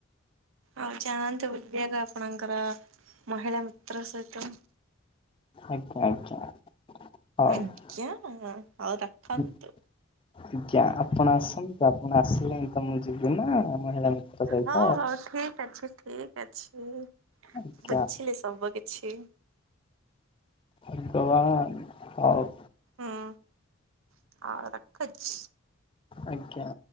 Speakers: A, on the right; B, on the left.
A: ହୋଉ ଯାଆନ୍ତୁ ବୁଲିବାକୁ ଆପଣଙ୍କର ମହିଳା ମିତ୍ର ସହିତ।
B: ଆଜ୍ଞା ଆଜ୍ଞା। ହୋଉ
A: ଆଜ୍ଞା ହଉ ରଖନ୍ତୁ।
B: ଆଜ୍ଞା ଆପଣ ଆସନ୍ତୁ ତା ଆପଣ ଆସିଲେ ହିଁ ତ ମୁଁ ଯିବି ନା। ମହିଳା ମିତ୍ର ସହିତ।
A: ହଁ ହଁ ଠିକ ଅଛି ଠିକ ଅଛି।
B: ଆଜ୍ଞା
A: ବୁଝିଲି ସବୁ କିଛି।
B: ଆଜି ତମ ହୋଉ।
A: ହୁଁ ଆଉ ରଖୁଚି।
B: ଆଜ୍ଞା।